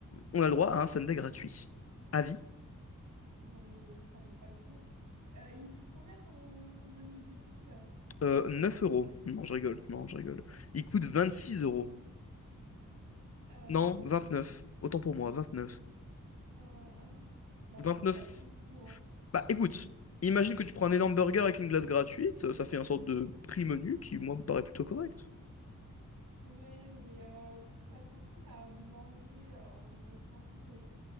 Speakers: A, on the left; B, on the right.
A: on a le droit à un sundae gratuit. Avis,
B: Non, mais ça vaut pas le coup. Euh, il coûte combien ton, ton menu défi là?
A: euh, 9 euros. Non, je rigole, non, je rigole. Il coûte 26 euros.
B: Euh,
A: Non,
B: ouais,
A: vingt-neuf Autant pour moi, vingt-neuf
B: euh, ah. Bah,
A: vingt-neuf
B: ça vaut pas trop le coup. Hein.
A: Bah écoute, imagine que tu prends un énorme burger avec une glace gratuite, euh, ça fait un sorte de prix menu qui, moi, me paraît plutôt correct.
B: Ouais, mais euh, ça t'incite à manger euh, en grosse quantité.